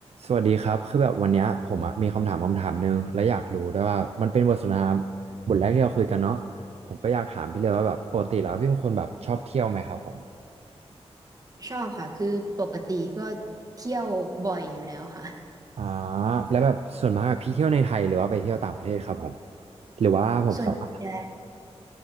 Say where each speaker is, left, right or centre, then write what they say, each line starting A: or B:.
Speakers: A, on the right; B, on the right.
A: สวัสดีครับคือแบบวันเนี้ยผมอะมีคำถามคำถามหนึ่งและอยากรู้ด้วยว่ามันเป็นบทสนทนาบทแรกที่เราคุยกันเนาะผมก็อยากถามพี่เลยว่าแบบปกติแล้วพี่เป็นคนแบบชอบเที่ยวไหมครับผม
B: ชอบค่ะ คือปกติก็เที่ยวบ่อยอยู่แล้วค่ะ
A: อ่าแล้วแบบส่วนมากอะพี่เที่ยวในไทยหรือว่าไปเที่ยวต่างประเทศครับผมหรือว่าผมสามารถ
B: ส่วนใหญ่